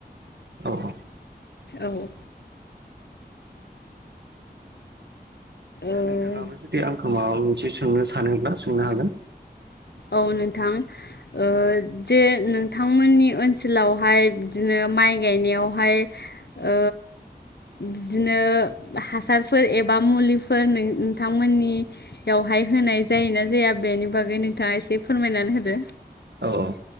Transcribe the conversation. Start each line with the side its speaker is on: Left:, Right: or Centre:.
Right: औ औ।
Left: औ औ। ओ
Right: दा नोंथाङाबो जुदि आंखौ माबा मोनसे सोंनो सानोब्ला सोंनो हागोन।
Left: औ नोंथां। ओ जे नोंथांमोननि ओनसोलावहाय बिदिनो माइ गायनायावहाय ओ बिदिनो हासारफोर एबा मुलिफोर नों नोंथांमोननि बेवहाय होनाय जायोना जाया बेनि बागै नों थाङा एसे फोरमायनानै होदो।
Right: औ औ